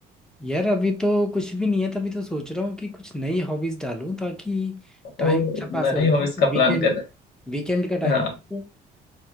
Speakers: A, in the centre; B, on the left.
A: यार अभी तो कुछ भी नहीं है तभी तो सोच रहा हूँ कि कुछ नई हॉबीज डालूं ताकि टाइम
B: ओ
A: अच्छा पास
B: नई
A: हो जाए
B: हॉबीज
A: क्योंकि
B: का
A: वीकेंड
B: प्लान कर
A: वीकेंड
B: रहे
A: का टाइम
B: हैं हाँ,
A: है तो